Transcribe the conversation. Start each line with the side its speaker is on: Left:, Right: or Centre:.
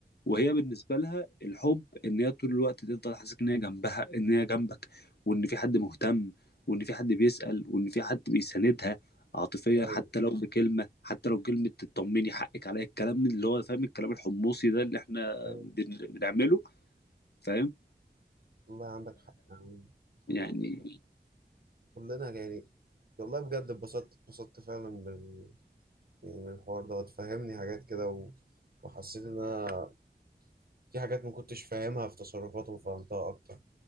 Left: وهي بالنسبه لها الحب ان هي طول الوقت تفضل حاسس ان هي جنبها ان هي جنبك وان في حد مهتم وان في حد بيسأل وان في حد بيساندها عاطفيا
Right: والله
Left: حتى لو بكلمه حتى لو بكلمه تطمني حقك عليا الكلام اللي هو فاهم الكلام الحمصي ده اللي احنا
Right: فاهم؟
Left: بن- بنعمله فاهم
Right: والله عندك حق يعني
Left: فيعني
Right: والله عندك حق. كلنا يعني والله بجد اتبسطت اتبسطت فعلا بال... يعني من الحوار ده وتفهمني حاجات كده و... وحسيت ان انا في حاجات ما كنتش فاهمها في تصرفاته وفهمتها اكتر